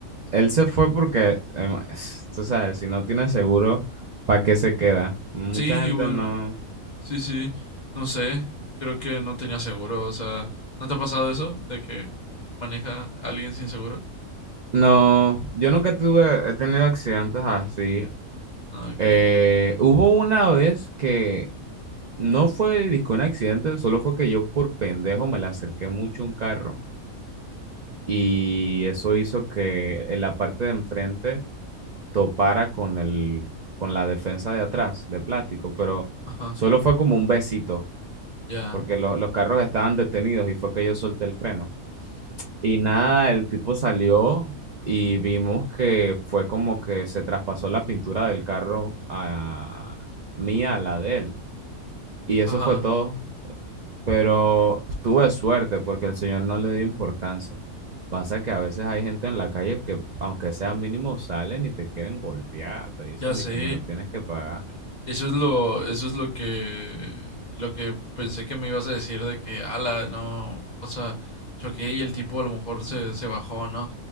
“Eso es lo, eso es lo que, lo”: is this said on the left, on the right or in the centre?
Left